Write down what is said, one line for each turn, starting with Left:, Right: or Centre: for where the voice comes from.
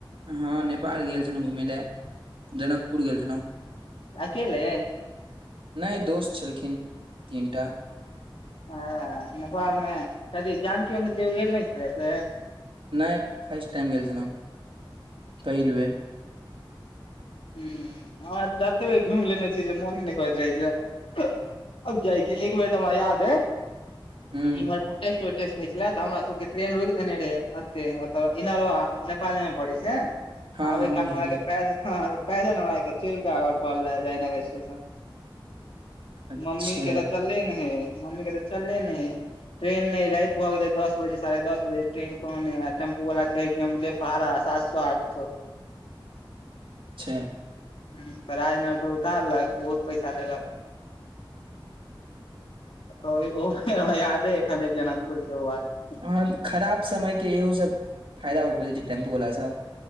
Right: हँ नेपाल गेल छलौं घुमय लेए जनकपुर गेल छलौंह।
Left: त अकेले?
Right: नै दोस छलखिन तीन टा।
Left: हँ नेपाल मे कथी जानकी मन्दिर कहियो गेल नै छलियै से?
Right: नै फर्स्ट टाइम गेल छलहुं पहिल बेर।
Left: हूॅं हमरा त तत्ते बेर घुमि लेने छियै जे मोने न करैत रहै छै आब अब जाइके एक बेर त हमरा याद अइ
Right: हूँ
Left: इमहर टेस्ट पर टेस्ट होइ छले तऽ हमरा सबके ट्रेन रोइक देने रहेए अत्ते एतऽ इनरबा नेपाले मे पड़ै छै।
Right: हँ
Left: आबै
Right: हँ
Left: काल
Right: बुझलियै
Left: में हमरा सके पैदल हमरासके हं पैदल हमरासके चैलकऽ आबऽ परल रहय जयनगर स्टेशन।
Right: अच्छा
Left: मम्मी के तऽ चलले ने हइ मम्मी के तऽ चलले ने है। ट्रेन नै राति भऽ गेलै दस बजे साढ़े दस बजे ट्रेन कोनो नै रहे टेम्पो बला कहै कि हम लेब भाड़ा सात सौ आठ सौ।
Right: अच्छा।
Left: हूॅं त राजनगर फेर उतारलक बहुत पैसा लेलक। त ओ हमरा यादे एखन अइ जनकपुर के ओ बात।
Right: अह खराब समय के इहो सब फायदा उठबैत रहै छै टेम्पू वला सब।